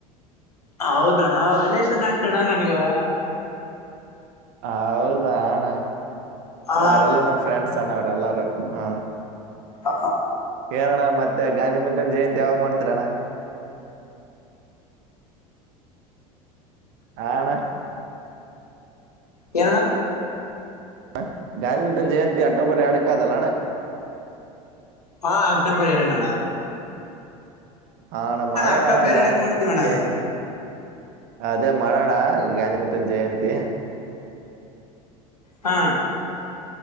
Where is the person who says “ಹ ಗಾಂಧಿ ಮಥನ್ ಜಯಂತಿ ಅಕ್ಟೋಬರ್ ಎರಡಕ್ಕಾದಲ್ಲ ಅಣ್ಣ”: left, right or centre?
Right